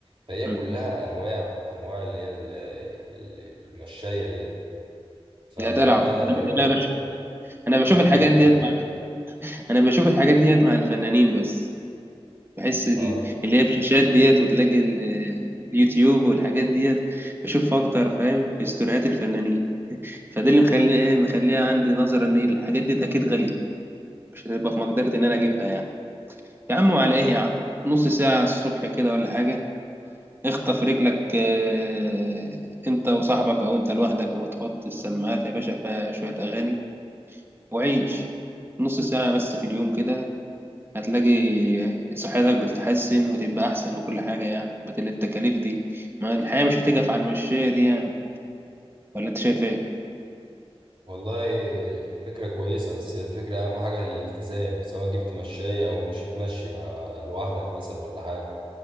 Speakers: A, on the right; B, on the right.
A: فهي
B: مم.
A: كلها انواع انواع اللي هي ال... ال- المشاية ديت فانت
B: يا دلع
A: ايه
B: انا
A: رأيك؟
B: أنا بش... انا بشوف
A: حاجة
B: الحاجات
A: هي جامدة
B: ديت مع... انا بشوف الحاجات ديت مع الفنانين بس بحس ال-
A: اه
B: اللي هي بشاشات ديت وتلاقي ال- اليوتيوب والحاجات ديت بشوف اكتر فاهم في استوريات الفنانين فده اللي مخليه ايه مخليها عندي نظرة ان الحاجات دي اكيد غالية مش هتبقى في مقدرتي ان انا اجيبها يعني يا عم وعلى ايه يا عم نص ساعة الصبح كده ولا حاجة اخطف رجلك آه، انت وصاحبك او انت لوحدك وتحط السماعات يا باشا فيها شوية اغاني وعيش نص ساعة بس في اليوم كده هتلاقي صحتك بتتحسن وتبقى احسن وكل حاجة يعني بدل التكاليف دي ما الحياة مش هتقف على المشاية دي يعني ولا انت شايف ايه
A: والله الفكرة كويسة بس هي الفكرة أهم حاجة الالتزام سواء جبت مشاية أو مشيت مشي مع لوحدك مثلا ولا حاجة